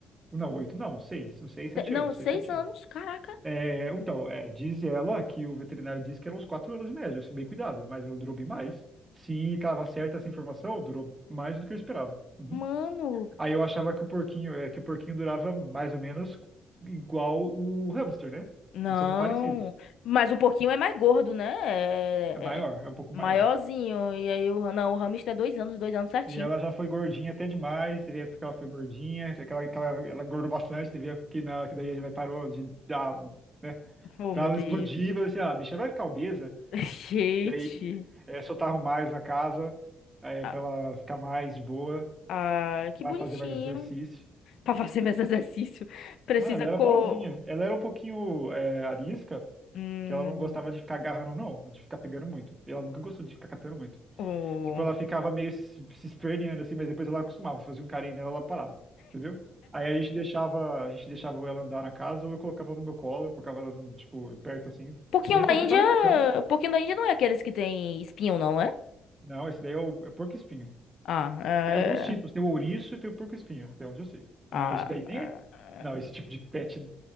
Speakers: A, on the right; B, on the left.
A: Não, oito, não, seis. Não sei, sete
B: Não,
A: anos,
B: seis
A: seis, sete
B: anos.
A: anos.
B: Caraca.
A: É, então, é, diz ela que o veterinário disse que eram uns quatro anos em média, se bem cuidado, mas ela durou bem mais. Se estava certa essa informação, durou mais do que eu esperava. Uhum.
B: Mano,
A: Aí eu achava que o porquinho, é, que o porquinho durava mais ou menos igual o hamster, né?
B: Não,
A: Eles são parecidos.
B: mas o porquinho é mais gordo, né? É,
A: É maior,
B: é é
A: é um pouco
B: maiorzinho.
A: maior.
B: E aí o, não, o hamster é dois anos, dois anos certinho.
A: E ela já foi gordinha até demais, teve época que ela foi gordinha, é aquela, aquela, ela engordou bastante, teve época que não, que daí ele vai- parou de dar, né?
B: Oh,
A: Então
B: meu
A: ela
B: Deus.
A: explodiu, eu disse, ah, a bicha vai ficar obesa.
B: <laughs> Gente.
A: Daí é, soltaram mais na casa, é,
B: Ah,
A: pra ela ficar mais de boa,
B: ah, que
A: vai
B: bonitinho.
A: fazer mais exercício.
B: Pra fazer mais exercício, <laughs> precisa
A: Não, ela era
B: co...
A: boazinha. Ela era um pouquinho é, arisca,
B: Hum,
A: que ela não gostava de ficar agarrando, não, de ficar pegando muito. E ela nunca gostou de ficar catando muito.
B: o...
A: Tipo, ela ficava meio se, se esperneando assim, mas depois ela acostumava, fazia um carinho nela, ela parava, entendeu? Aí a gente deixava, a gente deixava ela andar na casa, ou eu colocava no meu colo, eu colocava ela, tipo, perto assim.
B: Porquinho
A: Já coloquei
B: da Índia...
A: até na minha cama.
B: Porquinho da Índia não é aqueles que tem espinho, não é?
A: Não, esse daí é o é porco-espinho.
B: Ah, é...
A: Tem alguns tipos, tem o ouriço e tem o porco-espinho, até onde eu sei. Não,
B: Ah,
A: isso daí nem
B: é.
A: é. Não, esse tipo de pet